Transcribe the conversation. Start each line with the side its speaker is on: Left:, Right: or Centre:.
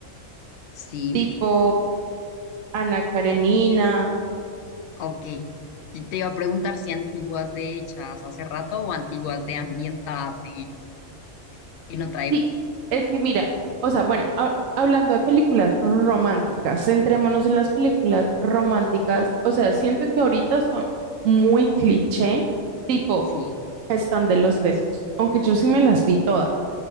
Left: Sí.
Right: tipo Ana Karenina.
Left: Ok. Y te iba a preguntar si antiguas de hechas hace rato o antiguas de ambientadas en, en otra época.
Right: Sí, es que mira, o sea, bueno, ha- hablando de películas románticas, centrémonos en las películas románticas. O sea, siento que ahorita son muy cliché, tipo
Left: Sí,
Right: están de los besos, aunque yo sí me las vi todas,